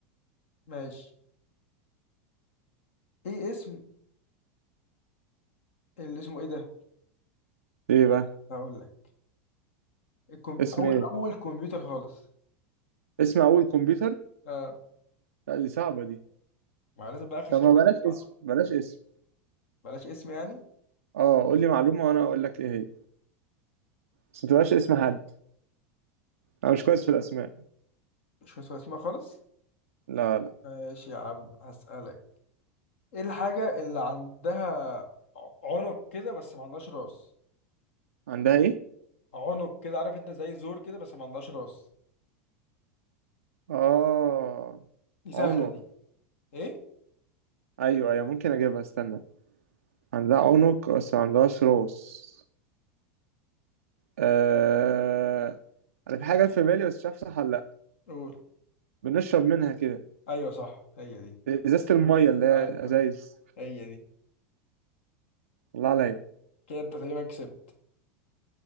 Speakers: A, on the left; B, on the right.
A: ماشي ايه اسم اللي اسمه ايه ده
B: ايه بقى
A: هقول لك الكم...
B: اسم
A: اول
B: ايه
A: اول كمبيوتر خالص
B: اسم اول كمبيوتر
A: اه
B: لا دي صعبة دي
A: ما لازم بقى اخر
B: طب
A: سؤال
B: ما بلاش اسم
A: بقى.
B: بلاش اسم
A: بلاش اسم يعني
B: اه قول لي معلومة وانا اقول لك ايه هي بس ما تبقاش اسم حد انا مش كويس في الاسماء
A: مش فاكر اسمها خالص
B: لا لا
A: ماشي يا عم هسألك ايه الحاجة اللي عندها ع- عنق كده بس ما عندهاش راس
B: عندها ايه
A: عنق كده عارف انت زي زور كده بس ما عندهاش راس
B: اه
A: دي سهلة
B: عنق
A: دي ايه
B: ايوه ايوه ممكن اجيبها استنى عندها عنق بس ما عندهاش راس آه... انا في حاجه في بالي بس مش عارف صح ولا لا
A: قول
B: بنشرب منها كده
A: ايوه صح هي دي
B: ازازه الميه اللي هي
A: ايوه
B: ازايز
A: هي دي
B: الله عليا
A: كده انت تقريبا كسبت